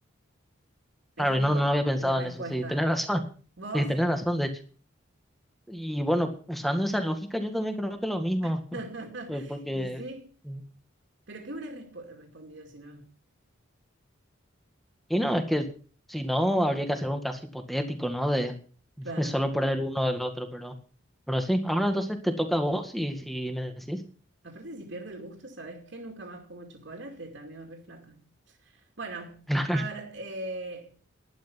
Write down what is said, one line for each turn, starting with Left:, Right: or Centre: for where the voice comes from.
Right: Esa
Centre: Claro,
Right: es
Centre: y
Right: mi,
Centre: no,
Right: co-
Centre: no había pensado
Right: mi respuesta.
Centre: en eso, sí, tenés razón, <laughs>
Right: ¿Vos?
Centre: sí, tenés razón, de hecho. Y bueno, usando esa lógica, yo también creo que lo mismo,
Right: <laughs>
Centre: <laughs> pues porque,
Right: Y sí,
Centre: mm,
Right: pero ¿qué hubieras respo- respondido si no?
Centre: y no, es que si no, habría que hacer un caso hipotético, ¿no? De, <laughs>
Right: Claro.
Centre: de solo perder uno del otro, pero, pero sí, ahora entonces te toca a vos y si me decís. <laughs>
Right: Aparte, si pierdo el gusto, ¿sabes qué? Nunca más como chocolate, también es re flaca. Bueno,
Centre: Claro.
Right: a ver, eh,